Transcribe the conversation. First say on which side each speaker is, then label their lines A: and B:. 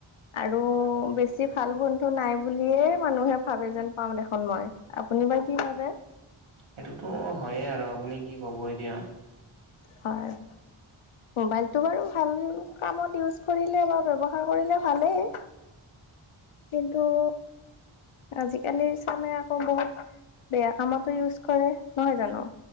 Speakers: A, on the left; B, on the right.
A: আৰু বেছি ভাল বন্ধু নাই বুলিয়ে মানুহে ভাবে যেন পাম দেখোন মই। আপুনি বা কি ভাবে।
B: সেইটোতো অ, হয়ে আৰু আপুনি কি ক'ব এতিয়া?
A: হয়। মোবাইলটো বাৰু ভাল কামত ইউজ কৰিলে বা ব্যৱহাৰ কৰিলে ভালেই। কিন্তু আজিকালি চামে আকৌ বহুত বেয়া কামতো ইউজ কৰে নহয় জানো?